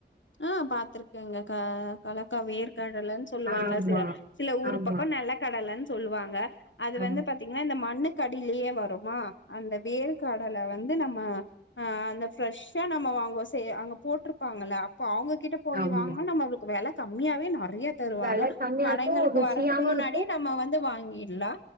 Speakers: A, on the left; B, on the right.
A: ஆ பாத்துருக்கேங்க கா கல்லக்கா வேர்கடலன் சொல்லுவாங்க
B: ஆமா.
A: சில ஊரு
B: ஆமா.
A: பக்கோ நெலக்கடலன் சொல்லுவாங்க அது
B: ஆ
A: வந்து பாத்தீங்கன்னா இந்த மண்ணு கடிலயே வருமா அந்த வேர்கடல வந்து நம்ம ஆ அந்த ஃப்ரெஷ்ஷா நம்ம வாங்குவோ சே அங்க போட்டுருப்பாங்கல்ல இப்ப அவுங்ககிட்ட போயி
B: ஆமா.
A: வாங்குனா நம்மளுக்கு வில கம்மியாவே நெறைய தருவாங்க
B: வெல கம்மியா
A: கடைங்களுக்கு
B: இருக்கும், ருசியாவும்
A: வரதுக்கு முன்னாடியே
B: இருக்கும்.
A: நம்ம வந்து வாங்கிர்லா